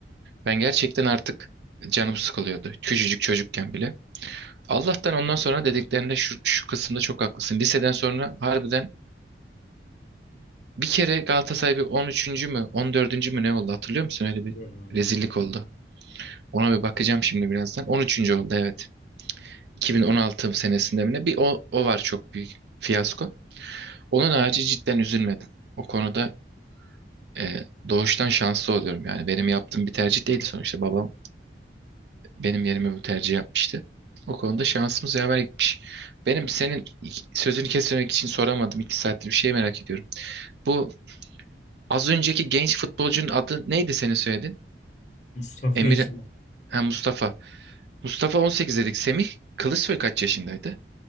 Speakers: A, on the right; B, on the left.
A: Ben gerçekten artık canım sıkılıyordu. Küçücük çocukken bile. Allah'tan ondan sonra dediklerinde şu, şu kısımda çok haklısın. Liseden sonra harbiden bir kere Galatasaray bir 13. mü 14. mü ne oldu hatırlıyor musun? Öyle
B: Biliyorum
A: bir
B: evet.
A: rezillik oldu. Ona bir bakacağım şimdi birazdan. 13. oldu evet. 2016 senesinde mi ne? Bir o, o var çok büyük fiyasko. Onun harici cidden üzülmedim. O konuda e, doğuştan şanslı oluyorum. Yani benim yaptığım bir tercih değildi sonuçta. Babam benim yerime bu tercih yapmıştı. O konuda şansımız yaver gitmiş. Benim senin ik- sözünü kesmemek için soramadım. İki saattir bir şey merak ediyorum. Bu az önceki genç futbolcunun adı neydi senin söyledin?
B: Mustafa
A: Emir
B: Ekin.
A: ha, Mustafa. Mustafa 18 dedik. Semih Kılıçsoy kaç yaşındaydı?